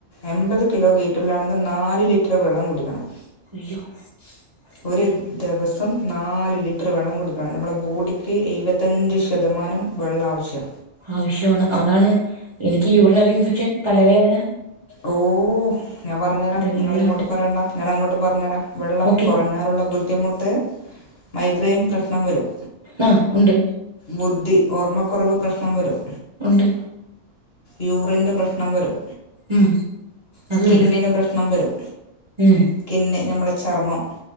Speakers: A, on the left (about 50°); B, on the right (about 30°).
A: എൺപത് കിലോ വെ യിറ്റുള്ള അൾ ആണെങ്കിൽ നാല് ലിറ്റർ വെള്ളം കുടിക്കണം.
B: <unintelligible>
A: ഒരു ദിവസം നാല് ലിറ്റർ വെള്ളം കുടിക്കണം നമ്മുടെ ബോഡിക്ക് എഴുപത്തഞ്ച് ശതമാനം വെള്ളാവശ്യ
B: ആവശ്യമാണ് അതാണ് എനിക്ക് യൂറിനറി ഇൻഫെക്ഷൻ തലവേദന
A: ഓഹ് ഞാൻ പറഞ്ഞുതരാം
B: ഇതെല്ലാം
A: നിങ്ങളിങ്ങോട്ട്
B: ഉണ്ട്
A: പറയണ്ട ഞാന അങ്ങോട്ട് പറഞ്ഞുതരാം. വെള്ളം
B: ഓക്കെ
A: കുറഞ്ഞാലുള്ള ബുദ്ധിമുട്ട് മൈഗ്രെൻ പ്രശ്നം വരും.
B: ആ ഉണ്ട്
A: ബുദ്ധി ഓർമ്മക്കുറവ് പ്രശ്നം വരും.
B: ഉണ്ട്.
A: യുറിന്റെ പ്രശ്നം വരും.
B: ഉം അത്
A: സ്കിന്നിന്
B: ഉണ്ട്
A: പ്രശ്നം വരും.
B: ഉം
A: സ്കിന്ന് നമ്മളെ ചർമ്മം